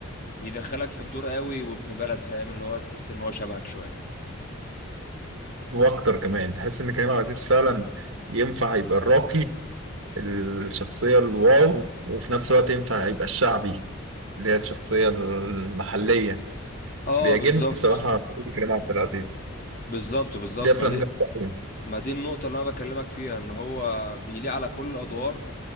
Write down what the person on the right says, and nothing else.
واكتر كمان تحس ان كريم عبد العزيز فعلا ينفع يبقى الراقي الشخصية الواو وفي نفس الوقت ينفع يبقى الشعبي اللي هي الشخصية المحلية
بيعجبني
بصراحة كريم عبد العزيز
ليه افلام
جامدة أوي.